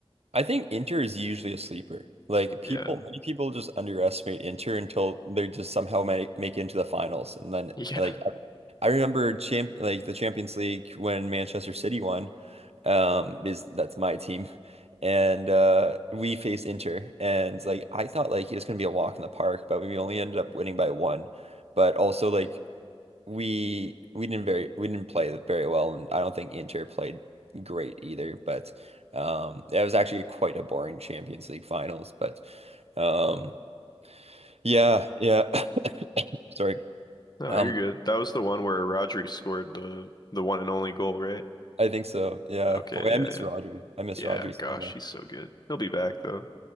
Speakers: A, on the right; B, on the left.
A: I think Inter is usually a sleeper. Like people,
B: Yeah. <laughs>
A: many people just underestimate Inter until they just somehow make make it into the finals, and then
B: Yeah.
A: like I, I remember champ like the Champions League when Manchester City won. Um, is that's my team, and uh, we faced Inter, and like I thought like it was gonna be a walk in the park, but we only ended up winning by one. But also like we we didn't very we didn't play very well, and I don't think Inter played great either. But um, it was actually quite a boring Champions League finals. But um, yeah, yeah. <coughs> Sorry.
B: No,
A: Um,
B: you're good. That was the one where Rodri scored the the one and only goal, right?
A: I think so. Yeah,
B: Okay,
A: boy, I
B: yeah,
A: miss
B: yeah.
A: Rodri. I miss
B: Yeah,
A: Rodri so
B: gosh,
A: much.
B: he's so good. He'll be back though.